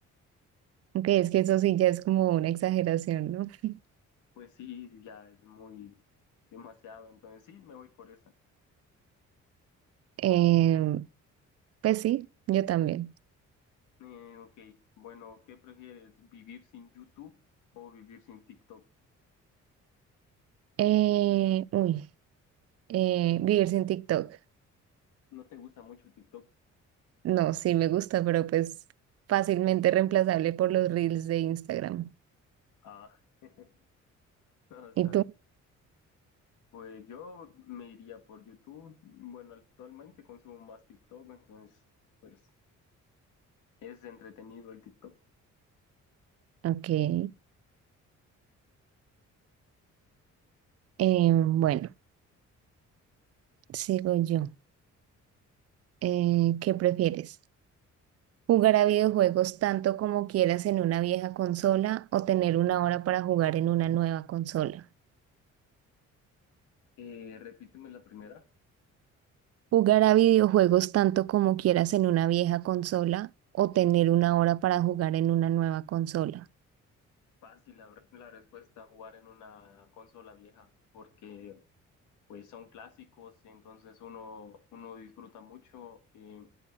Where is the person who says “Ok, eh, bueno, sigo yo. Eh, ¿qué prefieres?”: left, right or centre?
Right